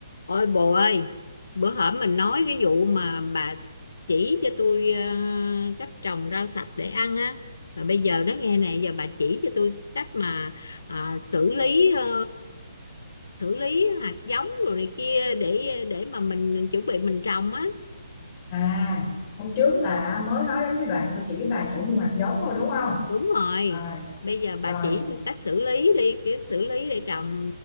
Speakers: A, on the left (about 80°); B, on the left (about 20°).
A: Ôi bồ ơi, bữa hổm mình nói cái vụ mà bà chỉ cho tôi ờ, cách trồng rau sạch để ăn á. Mà bây giờ nó nghe nè, giờ bà chỉ cho tôi cách mà à, xử lý ờ, xử lý hạt giống rồi này kia để để mà mình chuẩn bị mình trồng á.
B: À, hôm trước là mới nói đến cái đoạn tôi chỉ bà chỗ mua hạt giống thôi đúng không?
A: Đúng rồi.
B: À,
A: Bây giờ bà
B: rồi
A: chỉ tôi cách xử lý đi, cái xử lý để trồng